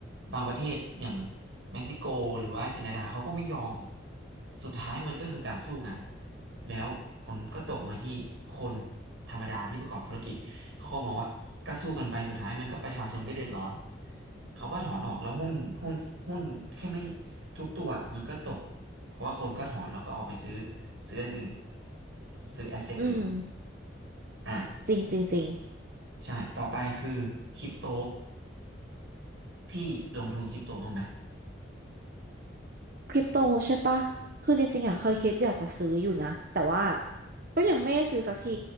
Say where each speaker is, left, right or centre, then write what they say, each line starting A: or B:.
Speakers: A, on the right (about 85°); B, on the right (about 50°).
A: บางประเทศอย่างเม็กซิโกหรือว่าแคนาดาเขาก็ไม่ยอม สุดท้ายมันก็คือการสู้กันแล้วผลก็ตกมาที่คนธรรมดาที่ประกอบธุรกิจ เขาก็มองว่าก็สู้กันไปสุดท้ายมันก็ประชาชนก็เดือดร้อนเขาก็ถอนออกแล้วหุ้นหุ้นหุ้นแค่ไม่ทุกตัวมันก็ตก เพราะว่าคนก็ถอนแล้วก็ออกไปซื้อซื้ออันอื่นซื้อแอสเซทอื่น
B: อืม
A: อ่ะ
B: จริงจริงจริง
A: ใช่ต่อไปคือคริปโตพี่ลงทุนคริปโตบ้างไหม
B: คริปโตใช่ปะคือจริงๆอ่ะเคยคิดอยากจะซื้ออยู่นะแต่ว่าก็ยังไม่ได้ซื้อสักที